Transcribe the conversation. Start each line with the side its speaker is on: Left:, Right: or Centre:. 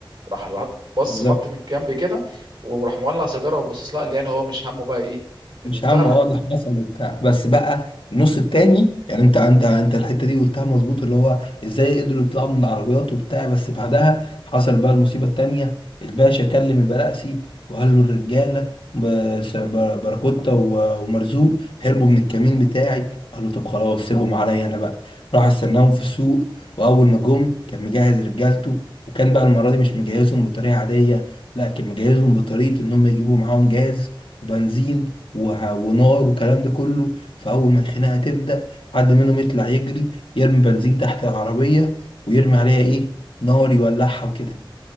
Right: راح العض- بص
Left: بالظبط
Right: نط من الجنب كده وراح مولع سيجاره وبصص لها قال لي يعني هو مش همه بقى ايه البتاع
Left: مش همه
Right: راح
Left: اه اللي حصل وبتاع بس بقى النص التاني يعني انت انت انت الحته دي قلتها مظبوط اللي هو ازاي قدروا يطلعوا من العربيات وبتاع بس بعدها حصل بقى المصيبه التانيه الباشا كلم البلقسي وقال له الرجاله بس- ب- باراكوتا و- ومرزوق هربوا من الكمين بتاعي قال له طب خلاص سيبهم عليا انا بقى راح استناهم في السوق واول ما جم كان مجهز رجالته وكان بقى المره دي مش مجهزهم بطريقه عاديه لا كان مجهزهم بطريقه ان هم يجيبوا معاهم جاز وبنزين وه- ونار والكلام ده كله فأول ما الخناقة تبدأ حد منهم يطلع يجري يرمي بنزين تحت العربية ويرمي عليها إيه نار يولعها وكده